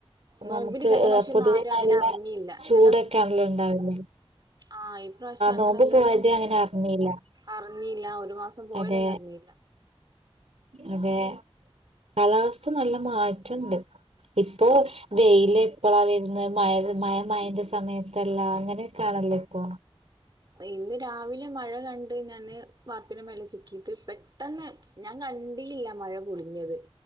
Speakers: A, on the right (about 40°); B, on the right (about 85°).
A: നോമ്പിന്
B: നമുക്ക്
A: കഴിഞ്ഞാറാശ്യം
B: ഏഹ് പൊതുവെ
A: ഒന്നും ആരും അങ്ങനെ
B: നല്ല
A: അറഞ്ഞില്ല
B: ചൂടൊക്കെ
A: ഇല്ലല്ലോ?
B: ആണല്ലോ ഉണ്ടാവുന്നെ
A: ആഹ് ഇപ്രാവശ്യം അങ്ങനെ
B: നോമ്പ്
A: ഇല്ലല്ലോ?
B: പോയത് അങ്ങനെ അറിഞ്ഞില്ല
A: അറിഞ്ഞീല്ല ഒരു മാസം പോയത്
B: അതെ
A: തന്നെ അറിഞ്ഞീല്ല.
B: അതെ കാലാവസ്ഥ നല്ല മാറ്റുണ്ട്. ഇപ്പോ വെയില് എപ്പള വരുന്നത് മയ മയ മയേന്റെ സമയത്തല്ല അങ്ങനെക്കാ ല്ലേ ഇപ്പോ?
A: ഇന്ന് രാവിലെ മഴ കണ്ട് ഞാന് വാർപ്പിന്റെ മേലെ ചിക്കീയിട്ട് പെട്ടെന്ന് ഞാൻ കണ്ടീല്ല മഴ പൊടിഞ്ഞത്.